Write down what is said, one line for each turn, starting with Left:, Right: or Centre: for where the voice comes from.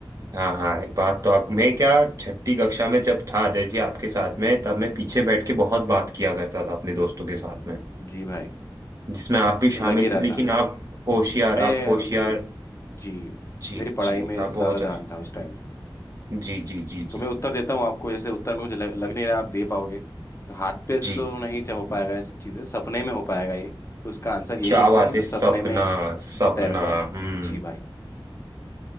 Right: हाँ हाँ, बात तो आप मैं क्या छठी कक्षा में जब था अजय जी आपके साथ में तब मैं पीछे बैठ के बहुत बात किया करता था अपने दोस्तों के साथ में
Left: जी भाई
Right: जिसमें आप भी शामिल
Left: लग ही रहा
Right: थे लेकिन
Left: था
Right: आप
Left: हम्म
Right: होशियार
Left: मैं
Right: आप होशियार
Left: मेरी जी
Right: जी
Left: मेरी पढ़ाई
Right: जी
Left: में
Right: आप
Left: ज्यादा
Right: बहुत
Left: ध्यान
Right: होशि-
Left: था उस टाइम पे
Right: जी जी जी
Left: तो
Right: जी
Left: मैं उत्तर देता हूँ आपको जैसे उत्तर में मुझे लग, लग नहीं रहा आप दे पाओगे तो हाथ पैर से
Right: जी
Left: तो नहीं च- हो पाएगा ये सब चीजें सपने में हो पाएगा ये तो उसका आंसर यही
Right: क्या
Left: होगा
Right: बात
Left: कि वो
Right: है सपना
Left: सपने में
Right: सपना
Left: तैर पाएगा
Right: हम्म
Left: जी भाई